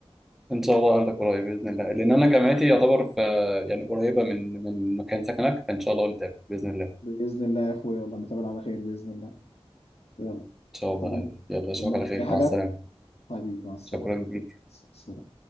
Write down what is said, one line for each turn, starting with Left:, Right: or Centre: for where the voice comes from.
Centre: ان شاء الله اقابلك قريب باذن الله لان انا جامعتي يعتبر في يعني قريبه من من مكان سكنك فان شاء الله قلت باذن الله ان
Left: باذن الله يا اخويا والله نتقابل على خير باذن الله يلا
Centre: شاء الله
Left: طمن
Centre: يلا اشوفك
Left: طمني
Centre: على خير
Left: بأي حاجة
Centre: مع السلامه
Left: حبيبي مع السلامة
Centre: شكرا ليك
Left: س- سلام